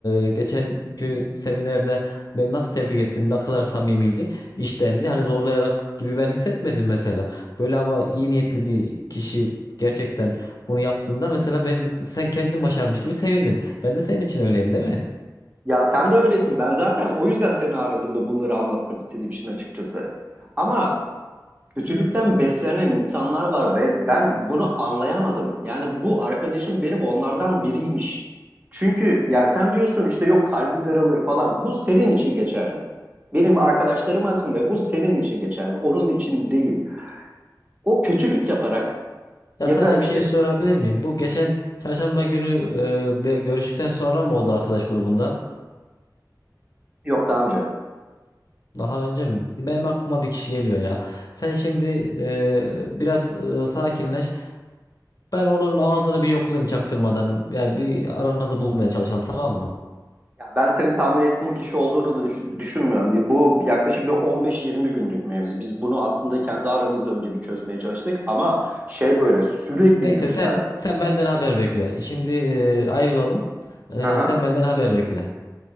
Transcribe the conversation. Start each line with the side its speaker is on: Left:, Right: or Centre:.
Left: e, geçenki seminerde beni nasıl tebrik ettin, ne kadar samimiydi, içtendi. Hani zorlayarak gibi ben hissetmedim mesela. Böyle ama iyi niyetli bir kişi gerçekten bunu yaptığında mesela ben sen kendin başarmış gibi sevindin. Ben de senin için öyleyim değil mi?
Right: Ya sen de öylesin. Ben zaten o yüzden seni aradım da bunları anlatmak istediğim için açıkçası. Ama kötülükten beslenen insanlar var ve ben bunu anlayamadım. Yani bu arkadaşım benim onlardan biriymiş. Çünkü yani sen diyorsun işte yok kalbi daralır falan. Bu senin için geçerli. Benim arkadaşlarım arasında bu senin için geçerli. Onun için değil. O kötülük yaparak
Left: Ya
Right: ya
Left: sana
Right: da işte
Left: bir şey sorabilir miyim? Bu geçen çarşamba günü e, be- görüştükten sonra mı oldu arkadaş grubunda?
Right: yok daha önce.
Left: Daha önce mi? Benim aklıma bir kişi geliyor ya. Sen şimdi e, biraz e, sakinleş. Ben onun ağzını bir yoklayayım çaktırmadan. Yani bir aranızı bulmaya çalışalım tamam mı?
Right: Ya ben senin tahmin ettiğin kişi olduğunu da düşün- düşünmüyorum. Bir- Bu yaklaşık bir 15-20 günlük mevzi. Biz bunu aslında kendi aramızda önce bir çözmeye çalıştık ama şey böyle sürekli
Left: Neyse
Right: yükseldi.
Left: sen sen benden haber bekle. Şimdi e, ayrılalım. E,
Right: Hı hı.
Left: sen benden haber bekle.